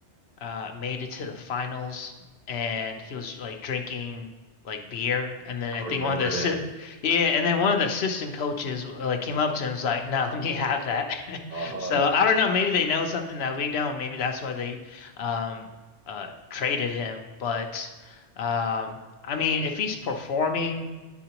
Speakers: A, on the left (about 65°); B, on the right (about 40°).
A: uh, made it to the finals, and he was like drinking like beer, and then
B: I
A: I think
B: remember
A: one of the assi-
B: that.
A: yeah, and then one of the assistant coaches like came up to him and was like, "No, <laughs> let me have that." <laughs>
B: Uh-huh.
A: So I don't know. Maybe they know something that we don't. Maybe that's why they um uh traded him. But um, I mean, if he's performing